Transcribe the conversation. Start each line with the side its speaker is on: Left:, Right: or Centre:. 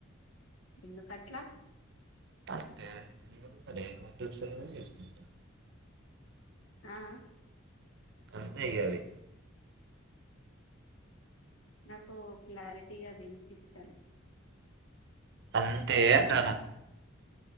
Left: ఎందుకట్లా
Right: అంతే ఏముంది మరి వంట వచ్చినోళ్లనే చేసుకుంటా
Left: ఆ
Right: అంతే ఇగ అది
Left: నాకు క్లారిటీగా వినిపిస్తలే
Right: అంతే అంటానా